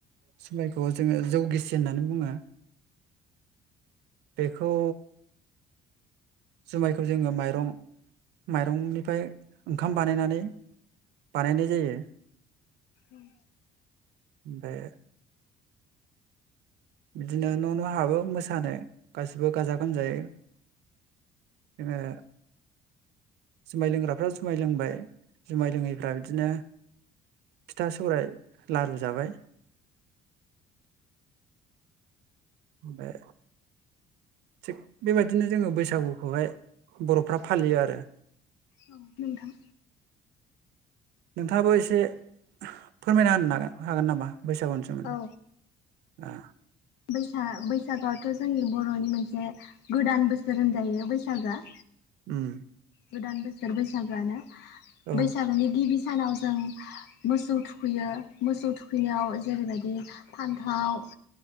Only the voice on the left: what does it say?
ओम
औ नोंथां।
औ
बैसा बैसागोआवथ' जोंनि बर'नि मोनसे गोदान बोसोर होनजायो बैसागोआ।
गोदान बोसोर बैसागोआनो
बैसागोनि गिबि सानाव जों मोसौ थुखैयो मोसौ थुखैनायाव जेरैबायदि फान्थाव